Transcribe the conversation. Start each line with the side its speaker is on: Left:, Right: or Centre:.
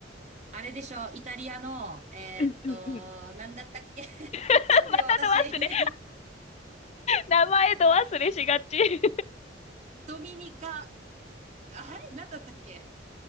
Right: あれでしょ、イタリアの、えーっと、
Left: ううんうんうん。
Right: なんだったっけ <laughs> 行ったんだよ、
Left: <laughs> またの忘れ。
Right: 私。
Left: 名前と忘れしがち。<laughs> 違
Right: <laughs> ドミニカ。あれなんだったっけ